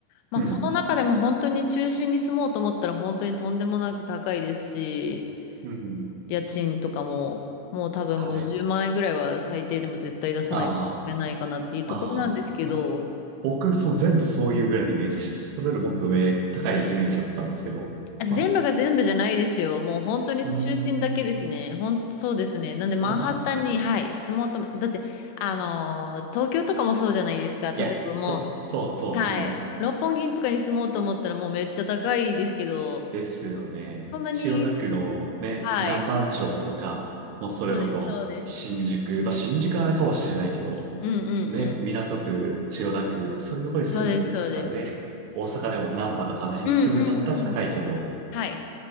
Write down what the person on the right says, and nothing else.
うん、うん、
はい。ああ、ああ、ま、僕、そう、全部そういうぐらいのイメージでした。それよりもっと上、高いイメージだったんですけど、
まあ、
うーん、
そうなんですね。
いや、そう、そうそう、
うん。
ですよね。
千代田区のね、
南番町とか、もうそれこそ新宿、
まあ新宿はあれかもしれないけど、
ね、港区、千代田区、そういうところに住むんだったらね、
大阪でも難波とかあの辺に住むんだったら高いけど、